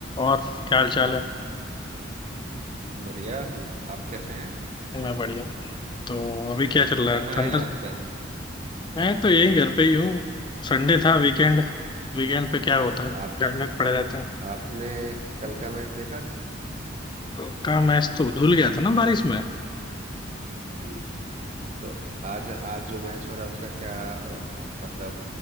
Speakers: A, on the left; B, on the right.
A: और क्या हाल चाल है
B: बढ़िया न- आप कैसे हैं
A: मैं बढ़िया तो अभी क्या चल रहा
B: कहाँ
A: है ठंडा
B: हैं आजकल
A: मैं तो यही घर पे ही हूँ संडे था वीकेंड वीकेंड पे क्या होता है
B: आप
A: घर में पड़े रहते हैं
B: आपने कल का मैच देखा था
A: कल का मैच तो धुल गया था ना बारिश में
B: जी तो आज आज जो मैच हो रहा है उसका क्या अ, मतलब